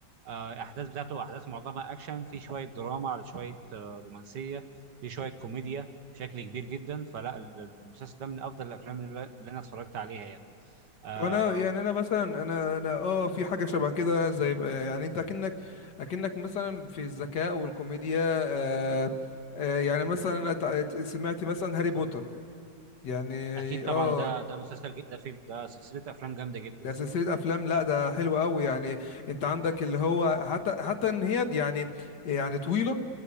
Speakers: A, on the right (about 65°); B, on the left (about 60°).
A: آه، احداث بتاعته احداث معظمها اكشن في شويه دراما على شويه آه، رومانسيه في شويه كوميديا بشكل كبير جدا فلا ال- المسلسل ده من افضل الافلام اللي اللي انا اتفرجت عليها يعني آه،
B: وانا يعني انا مثلا انا انا اه في حاجه شبه كده زي يعني انت اكنك اكنك مثلا في الذكاء والكوميديا آه آه يعني مثلا انا تع- سمعت مثلا هاري بوتر يعني
A: اكيد طبعا
B: اه
A: ده ده مسلسل ج- ده فيلم ده سلسله افلام جامده جدا
B: ده سلسله افلام لا ده حلو قوي يعني انت عندك اللي هو حتى حتى ان هي يعني يعني طويله